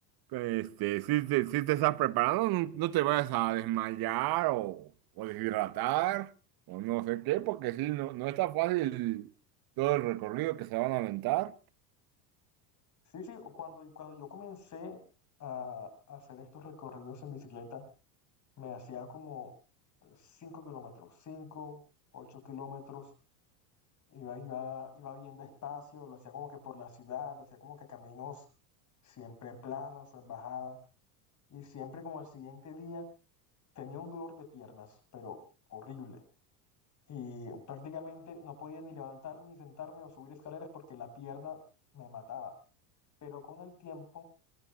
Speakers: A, on the right; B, on the left.
A: Este, si te, si te estás preparando, no, no te vayas a desmayar o, o deshidratar o no sé qué, porque sí, no, no está fácil todo el recorrido que se van a aventar.
B: Sí, sí, cuando, cuando yo comencé a hacer estos recorridos en bicicleta, me hacía como 5 kilómetros, 5 8 kilómetros, iba, iba, iba bien despacio, lo hacía como que por la ciudad, hacía como que caminos siempre planos o en bajada, y siempre como al siguiente día tenía un dolor de piernas, pero horrible. Y prácticamente no podía ni levantarme, ni sentarme o subir escaleras porque la pierna me mataba. Pero con el tiempo